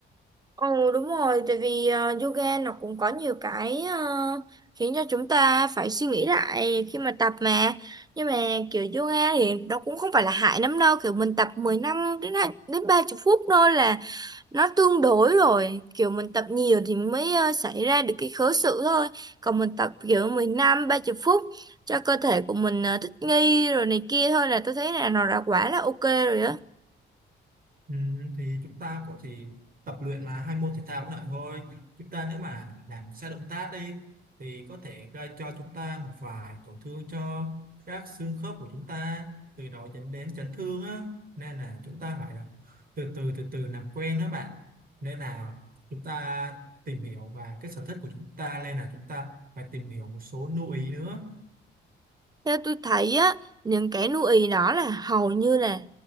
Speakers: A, on the right; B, on the right.
A: Ồ đúng rồi, tại vì ờ, yoga nó cũng có nhiều cái ờ, khiến cho chúng ta phải suy nghĩ lại khi mà tập mà. Nhưng mà kiểu yoga thì nó cũng không phải là hại lắm đâu, kiểu mình tập 10 năm đến hai- đến 30 phút thôi là nó tương đối rồi kiểu mình tập nhiều thì mới ờ, xảy ra được cái khớ sự thôi còn mình tập kiểu mười lăm ba 30 phút cho cơ thể của mình ờ, thích nghi rồi này kia thôi là tôi thấy là nó đã quá là ok rồi đó
B: Ừ, thì chúng ta có thể tập luyện mà hai môn thể thao cũng lại thôi chúng ta nếu mà làm sai động tác đi thì có thể gây cho chúng ta một vài tổn thương cho các xương khớp của chúng ta từ đó dẫn đến chấn thương á nên là chúng ta phải là từ từ từ từ làm quen đó bạn nên là chúng ta tìm hiểu và cái sở thích của chúng ta nên là chúng ta phải tìm hiểu một số lưu ý nữa
A: Theo tôi thấy á, những cái nuôi ì đó là hầu như là